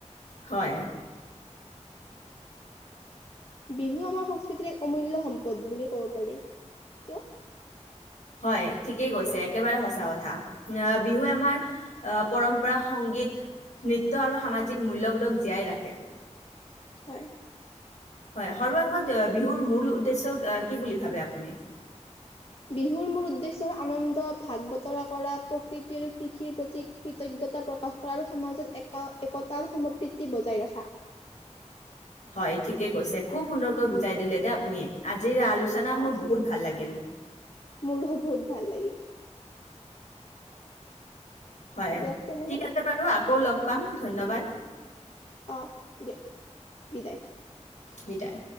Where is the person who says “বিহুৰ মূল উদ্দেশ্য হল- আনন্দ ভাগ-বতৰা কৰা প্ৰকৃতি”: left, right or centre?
Left